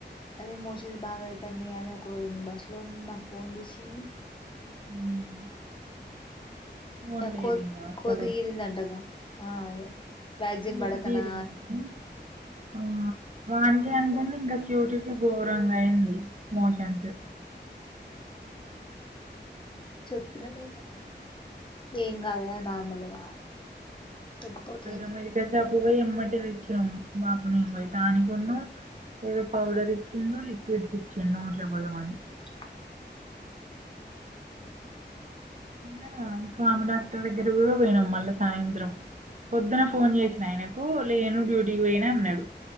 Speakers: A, on the left; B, on the right.
A: అదే మోషన్స్ బాగాయి స నే అద ఒక రోజు బస్సులో ఉన్న నాకు ఫోన్ తీసింది
B: <inaudible> ఫోన్
A: ఆ
B: లేదు
A: కొద్
B: ఇంగ అక్క
A: కోతి గిరిందండగా ఆ అదే వ్యాక్సిన్
B: కోతి
A: పడకనా
B: గీరింది ఆ వాకి అనుకుంటే ఇంకా చూటికి ఘోరంగా అయింది మోషన్
A: ఉమ్ చెప్పిన నేను ఏం కాదు నార్మల్గా తగ్గిపోతదని
B: అమెరికా
A: చెప్
B: షాపు పోయి ఎమ్మటి తెచ్చాం బాబు నే పోయటాని కొన్న ఏదో పౌడర ఈచిండు లిక్విడ్ ఇచ్చిండు నోట్లో పొయ్యమని
A: <inaudible>
B: అ ఇప్పువామె డాక్టర్ దగ్గర కూడా వేలాం మల్లా సాయంత్రం పొద్దున ఫోన్ చేసిన ఆయనకు లేను డ్యూటీకి పోయినా అన్నాడు